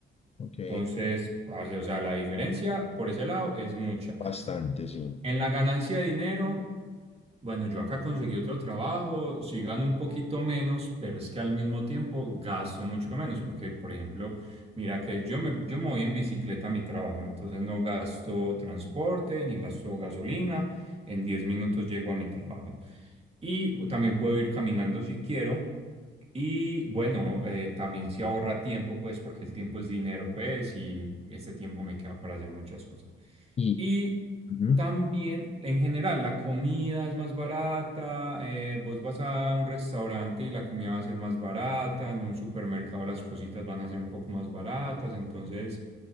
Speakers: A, on the left; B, on the right.
A: ok,
B: Entonces, parce, o sea, la diferencia por ese lado es mucha.
A: bastante, sí.
B: En la ganancia de dinero, bueno, yo acá conseguí otro trabajo, sí gano un poquito menos, pero es que al mismo tiempo gasto mucho menos, porque, por ejemplo, mira que yo me, yo me voy en bicicleta a mi trabajo, entonces no gasto transporte ni gasto gasolina, en 10 minutos llego a mi trabajo. Y también puedo ir caminando si quiero. Y bueno, eh, también se ahorra tiempo, pues, porque el tiempo es dinero, pues, y este tiempo me queda para hacer muchas cosas.
A: Y,
B: Y
A: ujú.
B: también, en general, la comida es más barata. eh, vos vas a un restaurante y la comida va a ser más barata. En un supermercado las cositas van a ser un poco más baratas. Entonces,